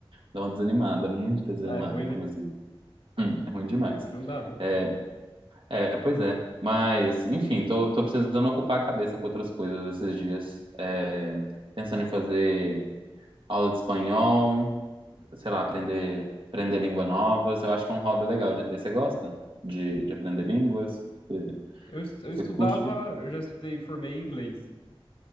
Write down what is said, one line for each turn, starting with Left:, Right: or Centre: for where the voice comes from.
Right: dá uma desanimada, muita desanimada,
Left: Ah, é ruim,
Right: inclusive.
Left: né?
Right: Hum, é ruim demais.
Left: No frio não dá, não.
Right: É, é, pois é. Mas, enfim, tô, tô precisando ocupar a cabeça com outras coisas esses dias. É, pensando em fazer aula de espanhol, sei lá, aprender, aprender línguas novas. Eu acho que é um hobby legal de ter. Você gosta de, de aprender línguas? Você,
Left: Eu, es- eu
Right: você
Left: estudava,
Right: curte?
Left: eu já estudei, formei em inglês.